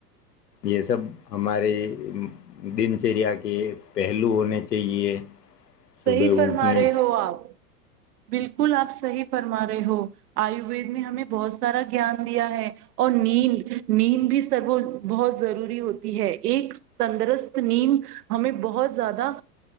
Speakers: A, on the left (about 80°); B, on the right (about 75°).
A: یہ سب ہمارے دن چریا کے پہلو ہونے چاہیے
B: صحی
A: صبح
B: فرما
A: اٹھنے
B: رہے
A: سے
B: ہو آپ بالکل آپ صحی فرما رہے ہو آیووید میں ہمیں بہت سارا گان دیا ہے اور نیند نیند بھی سرب بہت ضروری ہوتی ہے ایک تندرست نیند ہمیں بہت زیادہ